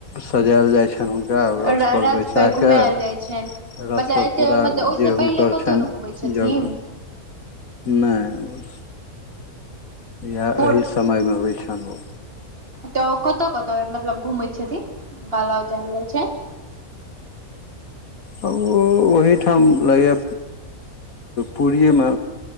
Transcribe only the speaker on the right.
रथ
पर घुमायल
जाइ छनि
मतलब एते
मतलब ओहिसँ
पहिले कतहु
नहि घुमै छथिन
पूर
तऽ ओ कतऽ कतऽ मतलब घूमै छथिन हूनका ल जायलजाय छैन